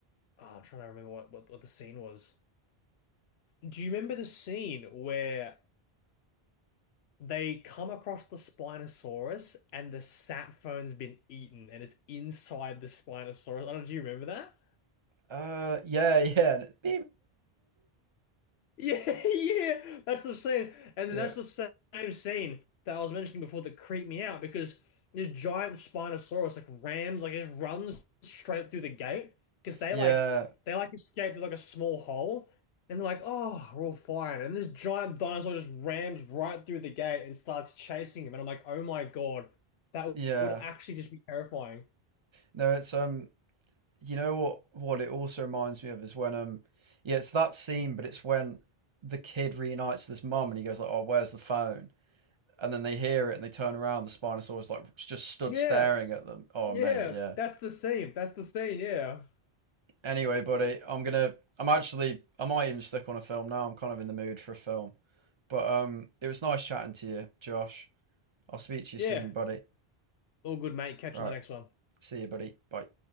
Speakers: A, on the left; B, on the right.
A: oh, I'm trying to remember what, what what the scene was. Do you remember the scene where? They come across the Spinosaurus and the sap phone's been eaten and it's inside the Spinosaurus. I don't know, do you remember that?
B: Uh, yeah, yeah, <laughs>
A: Yeah, <laughs> yeah, that's the same, and
B: yeah,
A: that's the same scene that I was mentioning before that creeped me out because this giant Spinosaurus like rams, like just runs straight through the gate because they
B: yeah,
A: like they like escape through like a small hole, and they're like, oh, we're all fine, and this giant dinosaur just rams right through the gate and starts chasing him, and I'm like, oh my God, that
B: yeah.
A: would actually just be terrifying.
B: No, it's um, you know what? What it also reminds me of is when um, yeah, it's that scene, but it's when the kid reunites with his mum, and he goes like, "Oh, where's the phone?" And then they hear it, and they turn around. The Spinosaurus like just stood
A: Yeah,
B: staring at them. Oh,
A: yeah,
B: mate, yeah.
A: that's the scene. That's the scene. Yeah,
B: Anyway, buddy, I'm gonna. I'm actually. I might even stick on a film now. I'm kind of in the mood for a film. But um, it was nice chatting to you, Josh. I'll speak to you
A: yeah.
B: soon, buddy.
A: All good, mate. Catch
B: Right.
A: you in the next one.
B: See you, buddy. Bye.